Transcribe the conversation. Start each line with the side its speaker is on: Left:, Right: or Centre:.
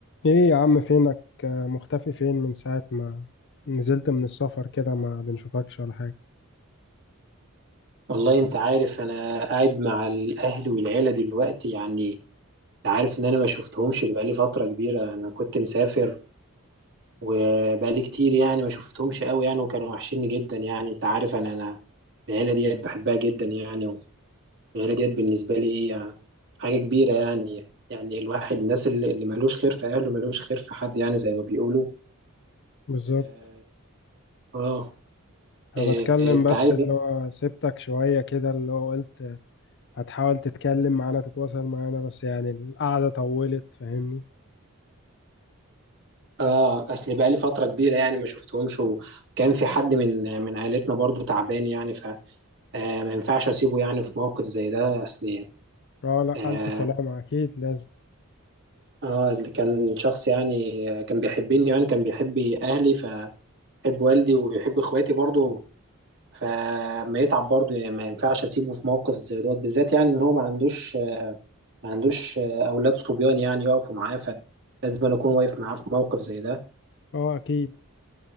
Left: ايه يا عم فينك آه، مختفي فين من ساعة ما نزلت من السفر كده ما بنشوفكش ولا حاجة
Right: والله انت عارف انا قاعد مع الاهل والعيله دلوقتي يعني انت عارف ان انا ما شفتهمش بقالي فتره كبيره انا كنت مسافر وبقالي كتير يعني ما شفتهمش قوي يعني وكانوا وحشيني جدا يعني انت عارف انا انا العيله ديت بحبها جدا يعني والعيله ديت بالنسبه لي ايه يعني حاجه كبيره يعني يعني الواحد الناس اللي اللي ملوش خير في اهله ملوش خير في حد يعني زي ما بيقولوا
Left: بالظبط
Right: اه آه،
Left: انا
Right: آه،
Left: بتكلم
Right: انت عارف
Left: بس اللي هو سبتك شوية كده اللي هو قلت هتحاول تتكلم معانا تتواصل معانا بس يعني القعدة طولت فاهمني
Right: اه اصل بقالي فتره كبيره يعني ما شفتهمش وكان في حد من من عائلتنا برضو تعبان يعني فما ينفعش اسيبه يعني في موقف زي ده اصل
Left: اه لا
Right: اه
Left: ألف سلامة أكيد لازم
Right: آه، اللي كان شخص يعني آه، كان بيحبني يعني كان بيحب اهلي فبيحب والدي وبيحب اخواتي برضو فما يتعب برضو يعني ما ينفعش اسيبه في موقف زي دوت بالذات يعني ان هو ما عندوش ما عندوش آه، اولاد صبيان يعني يقفوا معاه فلازم أنا اكون واقف معاه في موقف زي ده
Left: اه أكيد